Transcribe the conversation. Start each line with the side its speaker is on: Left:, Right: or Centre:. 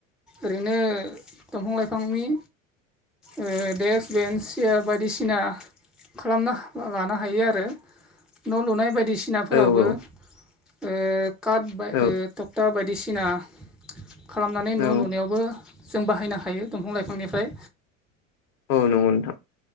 Centre: ओरैनो दंफां लाइफांनि ओ डेक्क बेन्स सियार बायदिसिना खालामना लानो हायो आरो न' लुनाय बायदिसिनाफोरावबो
Left: औ औ
Centre: ओ काट
Left: औ
Centre: थक्टा बायदिसिना खालामनानै न'
Left: औ
Centre: लुनायावबो जों बाहायनो हायो दंफां लाइफांनिफ्राय
Left: औ नंगौ नोंथां